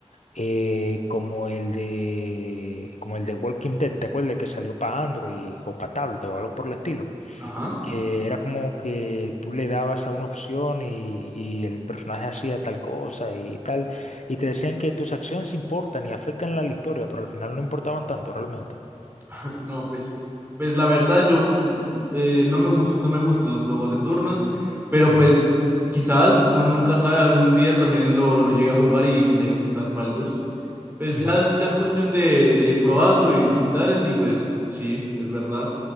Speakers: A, on the left; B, on the right.
A: eh, como el de, como el de Walking Dead, ¿te acuerdas que salió para Android o para tablet o algo por el estilo?
B: Ajá.
A: Que era como que tú le dabas a una opción y, y el personaje hacía tal cosa y tal, y te decían que tus acciones importan y afectan la historia, pero al final no importaban tanto realmente.
B: <laughs> No, pues, pues la verdad, yo eh, no me gus- no me gustan los juegos de turnos, pero
A: Ujú,
B: pues quizás uno nunca sabe, algún día también lo, lo llegue a jugar y me llega a gustar Baldur's. Pues
A: ujú.
B: ya es, ya es cuestión de, de ir probando y, y tales, y pues sí, es verdad.